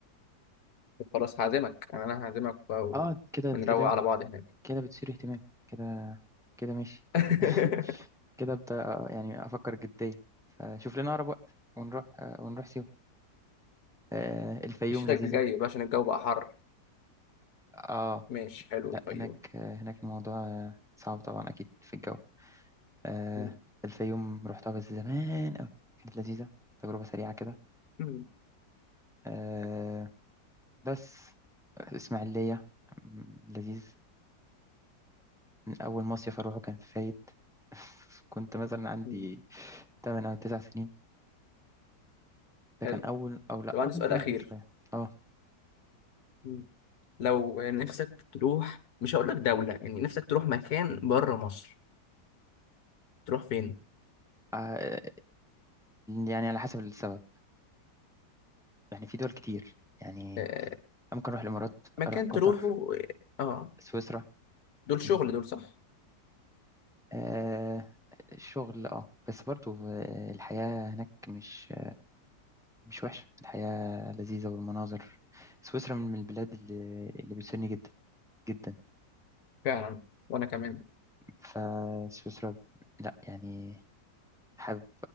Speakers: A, on the left; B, in the centre.
A: خلاص هعزمك يعني انا هعزمك بقى و...
B: اه كده
A: ونروق
B: كده
A: على بعض هناك
B: كده بتثير اهتمامي كده كده ماشي
A: <laughs>
B: <laughs> كده ابدا آه، يعني افكر جديا فشوف لنا اقرب وقت ونروح آه، ونروح سيوه آه، الفيوم
A: الشتاء
B: لذيذة
A: الجاي بقى عشان الجو بقى حر
B: اه
A: ماشي حلو
B: لا
A: الفيوم
B: هناك آه، هناك الموضوع آه، صعب طبعا اكيد في الجو آه
A: مم.
B: الفيوم رحتها بس زمان قوي كانت لذيذة تجربة سريعة كده
A: مم.
B: آه بس إسماعيلية م- لذيذ من أول مصيف أروحه كان في فايد <laughs> كنت مثلا عندي
A: مم.
B: 8 أو 9 سنين ده
A: حلو
B: كان أول أو لأ
A: طب عندي
B: أو
A: سؤال
B: ممكن
A: أخير
B: أكبر شوية أه
A: مم. لو نفسك تروح مش هقول لك دولة يعني نفسك تروح مكان بره مصر تروح فين؟
B: آه، يعني على حسب السبب يعني في دول كتير يعني
A: آه
B: ممكن أروح الإمارات
A: مكان
B: أروح قطر
A: تروحه اه
B: سويسرا
A: دول شغل
B: م-
A: دول صح
B: آه الشغل أه بس برضو آه، الحياة هناك مش مش وحشة الحياة لذيذة والمناظر سويسرا من البلاد اللي, اللي بتسني جدا جدا
A: فعلا وأنا كمان
B: فسويسرا لا يعني حابب